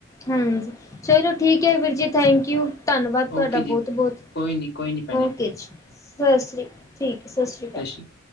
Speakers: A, on the left; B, on the left.
A: ਹਾਂਜੀ, ਚਲੋ ਠੀਕ ਹੈ ਵੀਰ ਜੀ ਥੈਂਕਯੂ, ਧੰਨਵਾਦ ਤੁਹਾਡਾ
B: ਓਕੇ
A: ਬਹੁਤ-ਬਹੁਤ।
B: ਜੀ ਕੋਈ ਨੀ ਕੋਈ ਨੀ।
A: ਓਕੇ ਜੀ, ਸਸ ਸ਼੍ਰੀ ਠੀਕ ਹੈ ਸਸ
B: ਸਤਿ
A: ਸ਼੍ਰੀ ਕਾਲ।
B: ਅਕਾਲ